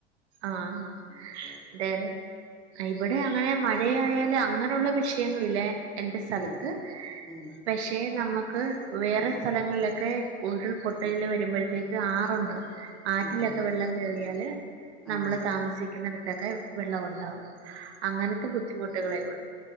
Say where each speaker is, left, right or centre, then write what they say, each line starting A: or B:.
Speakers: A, on the right; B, in the centre.
A: ആഹ്തെ
B: അപ്പൊ
A: ഇവിടെ അങ്ങനെ മഴയായാല് അങ്ങനെയുള്ള വിഷയങ്ങളില്ലേ എന്റെ സ്ഥലത്ത്
B: ഉം ഉം
A: പക്ഷെ നമ്മക്ക് വേറെ
B: ഉം
A: സ്ഥലങ്ങളിലൊക്കെ ഉരുൾ പൊട്ടൽ
B: ഉം
A: വരുമ്പോഴത്തേക്ക് ആറുണ്ട് ആറ്റിലൊക്കെ
B: ആഹ്
A: വെള്ളം കേറിയാല് നമ്മള്
B: ആണോ
A: താമസിക്കുന്നിടുത്തൊക്കെ വെള്ളം ഉണ്ടാവും അങ്ങനത്തെ ബുദ്ധിമുട്ടുകളേ ഉള്ളൂ